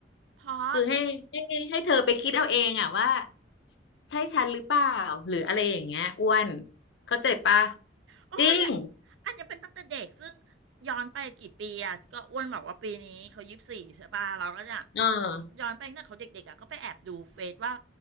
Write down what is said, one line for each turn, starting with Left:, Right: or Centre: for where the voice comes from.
Right: เพราะ
Left: คือให้ให้ให้เธอไปคิดเอาเองอ่ะว่าใช่ฉันหรือเปล่าหรืออะไรอย่างเงี้ยอ้วนเข้าใจปะ
Right: โอ้เนี่ย
Left: จริง
Right: อันเนี้ยเป็นตั้งแต่เด็กซึ่งย้อนไปกี่ปีอ่ะก็อ้วนบอกว่าปีนี้เขายี่สิบสี่ใช่ป่ะเราก็จะ
Left: เออ
Right: ย้อนไปตั้งแต่เขาเด็กๆอ่ะก็ไปแอบดูเฟซว่า